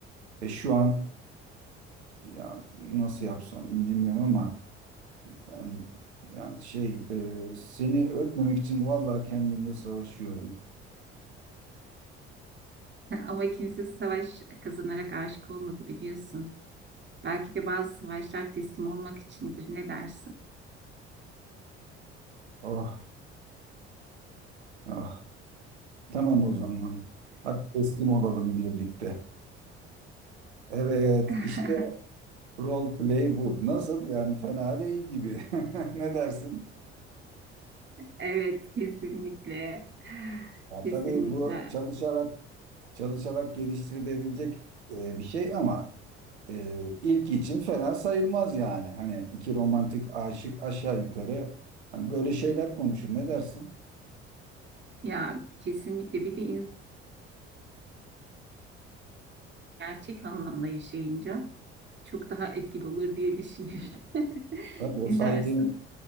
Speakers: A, on the right; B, on the right.
A: Ve şu an ya nasıl yapsam bilmiyorum ama yani, yani şey e, seni öpmemek için vallahi kendimle savaşıyorum.
B: Ama kimse savaş kazanarak aşık olmadı biliyorsun. Belki de bazı savaşlar teslim olmak içindir. Ne dersin?
A: Ah ah. Tamam o zaman. Hadi teslim olalım birlikte. Evet
B: <laughs>
A: işte role play bu. Nasıl yani fena değil gibi. <laughs> Ne dersin?
B: Evet, kesinlikle.
A: Ya
B: Kesinlikle.
A: tabii bu çalışarak çalışarak geliştirilebilecek e, bir şey ama e, ilk için fena sayılmaz yani. Hani iki romantik aşık aşağı yukarı hani böyle şeyler konuşur. Ne dersin?
B: Ya kesinlikle bir de insan gerçek anlamda yaşayınca çok daha etkili olur diye düşünüyorum. <laughs>
A: Tabii o
B: Ne
A: saydığın
B: dersin?